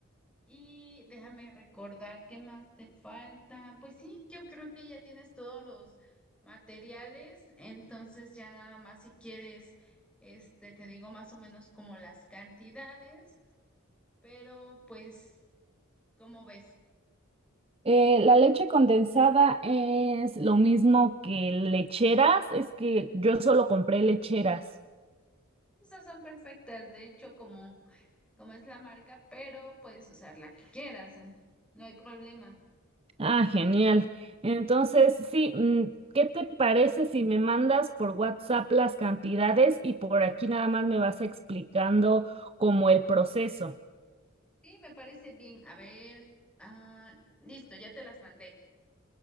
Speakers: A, in the centre; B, on the right.
A: Y déjame recordar qué más te falta. Pues sí, yo creo que ya tienes todos los materiales. Entonces ya nada más si quieres, este, te digo más o menos como las cantidades. Pero pues. Como ves?
B: Eh, la leche condensada es lo mismo que lecheras, es que yo solo compré lecheras.
A: Esas son perfectas, de hecho, como, como es la marca, pero puedes usar la que quieras, eh, No hay problema.
B: Ah, genial. Entonces, sí, mm, ¿qué te parece si me mandas por WhatsApp las cantidades y por aquí nada más me vas explicando como el proceso?
A: Sí, me parece bien. A ver, ah, listo, ya te las mandé.